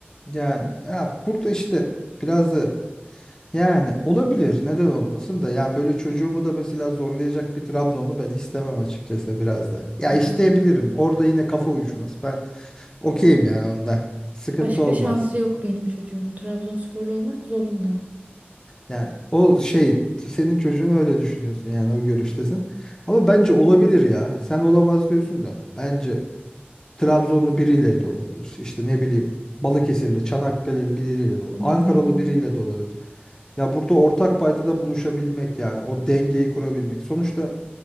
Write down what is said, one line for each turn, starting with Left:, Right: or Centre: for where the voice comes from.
Left: yani ya burada işte biraz da Yani olabilir. Neden olmasın da. Yani böyle çocuğumu da mesela zorlayacak bir Trabzonlu ben istemem açıkçası biraz da. Ya
Right: Aa,
Left: isteyebilirim. Orada yine kafa uyuşmaz. Ben okeyim yani onda. Sıkıntı
Right: başka
Left: olmaz.
Right: şansı yok benim çocuğumun. Trabzonsporlu olmak zorunda.
Left: Yani o şey t- senin çocuğun öyle düşünüyorsun yani o görüştesin. Ama
Right: Aynen.
Left: bence olabilir ya. Sen olamaz diyorsun da. Bence Trabzonlu biriyle de olabilir. İşte ne bileyim Balıkesirli, Çanakkale'li biriyle de olabilir.
Right: Hmm.
Left: Ankaralı biriyle de olabilir. Ya burada ortak paydada buluşabilmek yani o dengeyi kurabilmek. Sonuçta